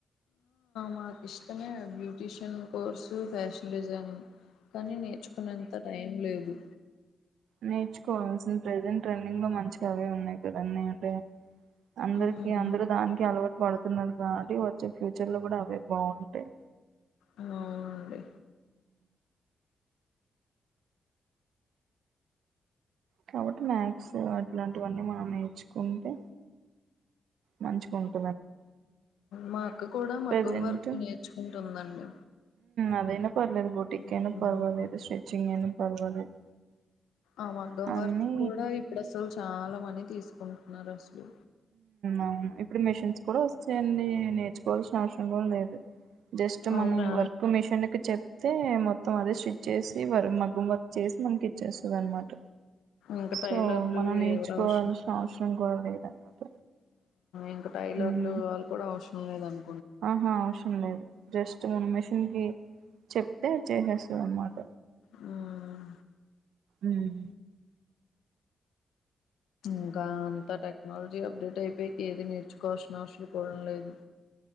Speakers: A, on the left; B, on the right.
A: మాకు ఇష్టమే బ్యూటీషియన్ కోర్సు ఫ్యాషన్ డిజైనింగ్ కానీ నేర్చుకునేంత టైం లేదు
B: నేర్చుకోవాల్సింది ప్రెజెంట్ ట్రెండింగ్ లో మంచిగా అవే ఉన్నాయి కదా అన్ని అంటే అందరికి
A: ఉమ్,
B: అందరూ దానికి అలవాటు పడు తున్నారు కాబట్టి వచ్చే ఫ్యూచర్ లో కూడా అవే బాగుంటాయ్
A: అవునండి
B: కాబట్టి వాక్స్ అట్లాంటివన్నీ మనం నేర్చుకుంటే మంచోకో
A: మా అక్క కూడా మగం
B: ప్రజెంట్
A: వరకు నేర్చుకుంటుందండి
B: అదేన్న పర్వాలలేదు బూటీక్
A: హ్మ్.
B: ఐనా పర్వాలేదు స్టిచ్చింగ్ అయినా పర్వాలేదు
A: ఆ మగ్గం
B: అన్నీ
A: వర్క్ కూడా ఇప్పుడు అసలు చాలా మని తీసుకుంటున్నారు అసలు
B: అవును ఇప్పుడు మెషిన్స్ కూడా వస్తాయండి నేర్చుకోవాల్సిన అవసరం కూడా లేదు జస్ట్ మనం
A: అవునా
B: వర్క్ మిషన్ కి చెప్ అయితే మొత్తం అదే స్టిచ్ చేసి వర్ మగ్గం వర్క్ చేసి మనకి ఇచ్చేస్తుందనమాట
A: ఇంకా
B: సో
A: టైలర్లు
B: మనం నేర్చుకోవాల్సిన
A: ఎవరు అవసరం
B: అవసరం కూడా లేదనమాట
A: ఇంకా టైలర్లు
B: ఉమ్.
A: వాళ్ళు కూడా అవసరం లేదన
B: ఆహా అవసరం లేదు జస్ట్ మన మెషన్ కి చెప్తే చేసేస్తంది అనమాట
A: హ్మ్.
B: ఉమ్
A: ఇంకా అంత టెక్నాలజీ అప్డేట్ అయిపోయి ఏది నేర్చుకోవాల్సిన అవసరం కూడా లేదు